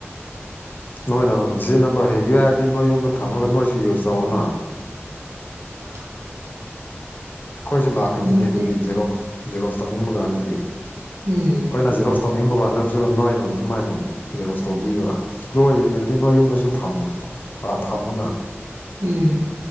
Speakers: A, on the left (about 45°); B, on the right (about 85°).
A: ꯅꯣꯏꯅ ꯑꯃꯃꯝ ꯁꯤꯖꯤꯟꯅꯕ ꯍꯩꯒꯦ ꯍꯥꯏꯔꯗꯤ ꯅꯣꯏ ꯌꯨꯝꯗ ꯊꯝꯃꯒ ꯅꯣꯏꯁꯨ ꯌꯨꯁ ꯇꯧꯑꯣꯅ
B: <inaudible>
A: ꯑꯩꯈꯣꯏꯁꯨ ꯂꯥꯛꯀꯅꯤꯅꯦ
B: ꯎꯝ
A: ꯑꯗꯨꯗꯤ ꯖꯦꯔꯣꯛꯁ ꯖꯦꯔꯣꯛꯁ ꯇꯧꯅꯤꯡꯕ ꯀꯥꯟꯗꯗꯤ
B: <inaudible>
A: ꯑꯩꯈꯣꯏꯅ ꯖꯤꯔ‌ꯣꯁ ꯇꯧꯅꯤꯡꯕꯀꯥꯟꯗꯝꯁꯨꯡ ꯅꯣꯏ ꯖꯤꯔ‌ꯣꯛꯁ ꯇꯧꯕꯤꯕ ꯗꯨ ꯑ‌ꯣꯏꯔꯥꯗꯤ ꯅꯣꯏ ꯌꯨꯝꯗꯁꯨ ꯊꯝꯃꯨ ꯊꯝꯃꯨꯅ
B: <inaudible>